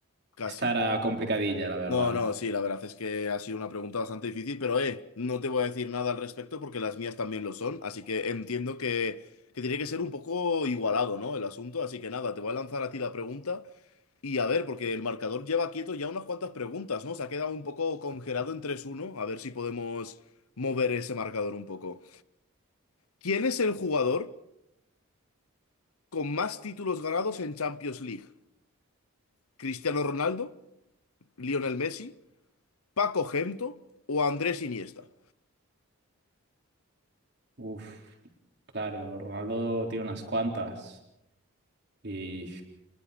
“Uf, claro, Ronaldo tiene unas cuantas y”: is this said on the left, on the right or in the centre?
Right